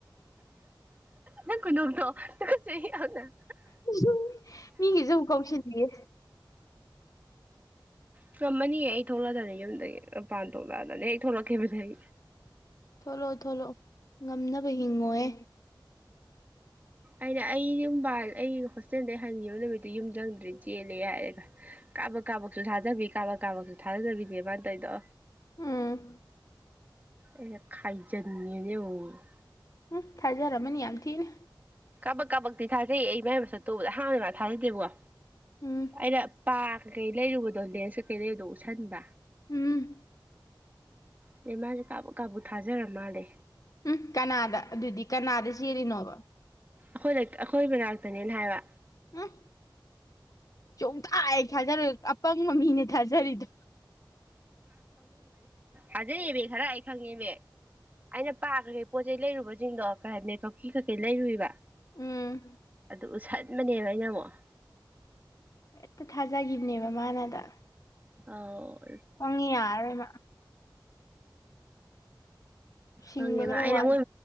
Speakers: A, on the right; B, on the left.
A: ꯅ ꯀꯅ ꯅꯁꯅ
B: ꯃꯤꯖꯨ ꯃꯤꯒꯤꯖꯨ ꯑꯃꯨꯛ ꯀꯧꯁꯤꯜꯂꯤꯌꯦ
A: ꯉꯝꯃꯅꯤꯌꯦ ꯑꯩ ꯊꯣꯛꯂꯛꯑꯗꯅꯦ ꯌꯨꯝꯗꯒꯤ ꯃꯄꯥꯟ ꯊꯣꯛꯂꯛꯑꯗꯅꯦ ꯑꯩ ꯊꯣꯛꯂꯛꯈꯤꯕꯗꯩ
B: ꯊꯣꯛꯂꯛꯑꯣ ꯊꯣꯂꯛꯑꯣ ꯉꯝꯅꯕ ꯍꯤꯡꯉꯣꯍꯦ
A: ꯑꯩꯅ ꯑꯩ ꯌꯨꯝ ꯕꯥꯜ ꯑꯩꯩ ꯍꯣꯁꯇꯦꯜꯗꯩ ꯍꯟꯒꯤꯕ ꯅꯨꯃꯤꯠꯇꯨ ꯌꯨꯝ ꯆꯪꯗ꯭ꯔꯤ ꯆꯦꯜꯂꯦ ꯍꯥꯏꯔꯒ ꯀꯥꯕꯛ ꯀꯥꯕꯛꯁꯨ ꯊꯥꯖꯕꯤ ꯀꯥꯕꯛ ꯀꯥꯕꯛꯁꯨ ꯊꯥꯖꯗꯕꯤꯅꯦ ꯃꯥꯅ ꯇꯧꯏꯗꯣ
B: ꯎꯝ
A: ꯑꯩꯅ ꯈꯥꯏꯖꯟꯕꯤꯅꯤ ꯑꯃꯨꯛꯃꯨꯛ
B: ꯎꯝ ꯊꯥꯖꯔꯃꯅꯤ ꯌꯥꯝ ꯊꯤꯅ
A: ꯀꯥꯕꯛ ꯀꯥꯕꯛꯇꯤ ꯊꯥꯖꯩ ꯑꯩ ꯃꯥꯏ ꯃꯁꯛꯇꯣ ꯎꯕꯗ ꯑꯍꯥꯟꯕꯗ ꯃꯥ ꯊꯥꯖꯗꯦꯕꯀꯣ
B: ꯎꯝ
A: ꯑꯩꯩꯅ ꯄꯥ ꯀꯩ ꯀꯩ ꯂꯩꯔꯨꯕꯗꯣ ꯂꯦꯟꯁ ꯀꯩ ꯀꯩ ꯂꯩꯔꯨꯕꯗꯣ ꯎꯠꯁꯟꯕ
B: ꯎꯝ
A: ꯑꯗꯩ ꯃꯥꯖꯦ ꯀꯥꯕꯨꯛ ꯀꯥꯕꯨꯛ ꯊꯥꯖꯔ ꯃꯥꯜꯂꯦ
B: ꯎꯝ ꯀꯅꯥꯗ ꯑꯗꯨꯗꯤ ꯀꯅꯥꯗ ꯆꯦꯜꯂꯤꯅꯣꯕ
A: ꯑꯈꯣꯏ ꯂꯩ ꯑꯈꯣꯏ ꯃꯅꯥꯛꯇꯅꯦꯅ ꯍꯥꯏꯕ
B: ꯎꯝ ꯁꯨꯡꯊꯥ ꯍꯦꯛ ꯊꯥꯖꯔꯣꯏ ꯑꯄꯪꯕ ꯃꯤꯅꯦ ꯊꯥꯖꯔꯤꯗꯣ
A: ꯊꯥꯖꯩꯌꯦꯃꯤ ꯈꯔ ꯑꯩ ꯈꯪꯉꯦꯃꯤ ꯑꯩꯅ ꯄꯥ ꯀꯩ ꯀꯩ ꯄꯣꯠ ꯆꯩꯩ ꯂꯩꯔꯨꯕꯖꯤꯡꯗꯣ ꯀꯩ ꯍꯥꯏ ꯃꯦꯛ ꯀꯞꯀꯤ ꯀꯩ ꯀꯩ ꯂꯩꯔꯨꯏꯕ
B: ꯎꯝ
A: ꯑꯗꯨ ꯎꯠꯁꯟꯕꯅꯦꯕ ꯑꯩꯅ ꯑꯃꯨꯛ
B: ꯍꯦꯛꯇ ꯊꯥꯖꯒꯤꯕꯅꯦꯕ ꯃꯥꯅ ꯑꯗ
A: ꯑꯥꯎ
B: ꯄꯪꯉꯤ ꯌꯥꯔꯔꯣꯏ ꯃꯥ ꯁꯤꯡꯕ
A: ꯄꯪꯉꯦꯕ
B: ꯈꯔ
A: ꯑꯩꯅ
B: ꯋꯥꯠꯂꯤ
A: ꯃꯣꯏ